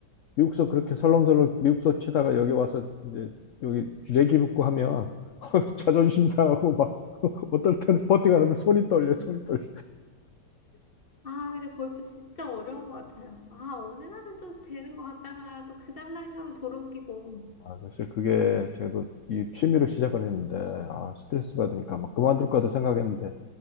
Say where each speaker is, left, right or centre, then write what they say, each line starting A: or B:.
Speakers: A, on the left; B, on the left.
A: 미국서 그렇게 설렁설렁 미국서 치다가 여기 와서 이제 여기 내기 붙고 하면 <laughs> 자존심 상하고 막 <laughs> 어떨 때는 버팅하는데 손이 떨려, 손이 떨려.
B: <laughs> 아 근데 골프 진짜 어려운 것 같아요. 아 어느 날은 좀 되는 것 같다가 또 그 다음날 가면 돌아오기고.
A: 아, 그래서 그게 저도 이 취미로 시작을 했는데, 아, 스트레스 받으니까 막 그만둘까도 생각했는데,